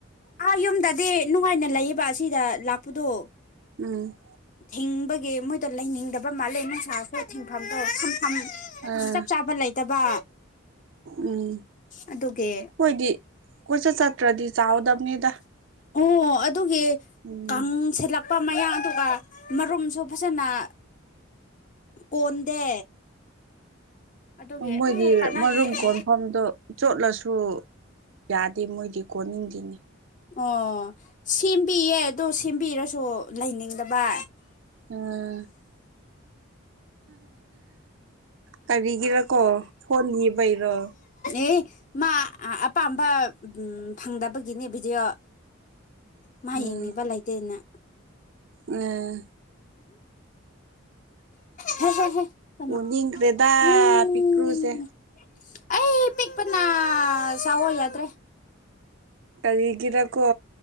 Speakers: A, on the left (about 40°); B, on the right (about 65°).
A: ꯑꯥ ꯌꯨꯝꯗꯗꯤ ꯅꯨꯡꯉꯥꯏꯅ ꯂꯩꯌꯦꯕ ꯑꯁꯤꯗ ꯂꯥꯛꯄꯗꯣ
B: ꯎꯝ
A: ꯊꯤꯡꯕꯒꯤ ꯃꯣꯏꯗ ꯂꯩꯅꯤꯡꯗꯕꯥ ꯃꯥꯜꯂꯦ ꯅꯨꯡꯁꯥꯔꯁꯤ ꯊꯤꯡꯐꯝꯗꯣ ꯊꯝꯐꯝ
B: ꯑꯥ
A: ꯆꯞ ꯆꯥꯕ ꯂꯩꯇꯕ
B: ꯎꯝ
A: ꯑꯗꯨꯒꯤ
B: ꯈꯣꯏꯗꯤ ꯀꯣꯏꯆꯠ ꯆꯠꯇ꯭ꯔꯗꯤ ꯆꯥꯎꯗꯕꯅꯤꯗ
A: ꯑꯣ ꯑꫭ ꯑꯗꯨꯒꯤ
B: ꯎꯝ
A: ꯀꯪ ꯁꯠꯂꯛꯄ ꯃꯌꯥꯗꯨꯒ ꯃꯔꯨꯝꯁꯨ ꯐꯖꯅ ꯀꯣꯟꯗꯦ ꯑꯗꯨꯒꯤ
B: ꯃꯣꯏꯒꯤ
A: ꯑ ꯀꯥꯟꯅꯗꯦ
B: ꯃꯔꯨꯝ ꯀꯣꯟꯐꯝꯗꯣ ꯆꯣꯠꯂꯁꯨ ꯌꯥꯗꯦ ꯃꯣꯏꯗꯤ ꯀꯣꯟꯅꯤꯡꯗꯦꯅꯦ
A: ꯑꯣ ꯁꯦꯝꯕꯤꯌꯦ ꯑꯗꯣ ꯁꯦꯝꯕꯤꯔꯁꯨ ꯂꯩꯅꯤꯡꯗꯕ
B: ꯎꯝ ꯀꯔꯤꯒꯤꯔꯀꯣ ꯐꯣꯟ ꯅꯤꯕꯩꯔꯣ
A: ꯑꯦ ꯃꯥ ꯑꯄꯥꯝꯕ ꯐꯪꯗꯕꯒꯤꯅꯦ ꯚꯤꯗꯤꯑꯣ ꯃꯥ
B: ꯎꯝ
A: ꯌꯦꯡꯅꯤꯡꯕ ꯂꯩꯇꯦꯅ
B: ꯎꯝ
A: ꯍ ꯍ ꯍ ꯇꯞꯅ
B: ꯎꯅꯤꯡꯈ꯭ꯔꯦꯗ
A: ꯎꯝ
B: ꯄꯤꯛꯇ꯭ꯔꯨꯁꯦ
A: ꯑꯩ ꯄꯤꯛꯄꯅ ꯁꯥꯑꯣ ꯌꯥꯗ꯭ꯔꯦ
B: ꯀꯔꯤꯒꯤꯔꯀꯣ